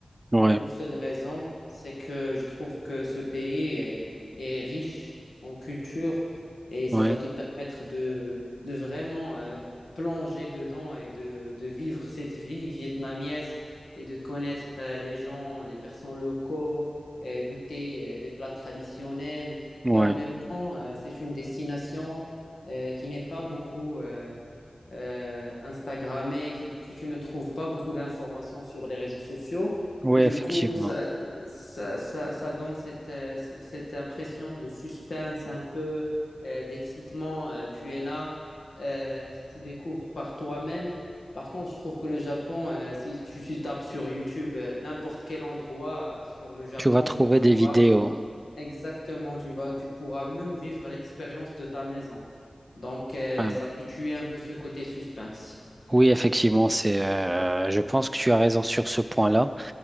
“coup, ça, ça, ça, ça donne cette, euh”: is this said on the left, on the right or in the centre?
Left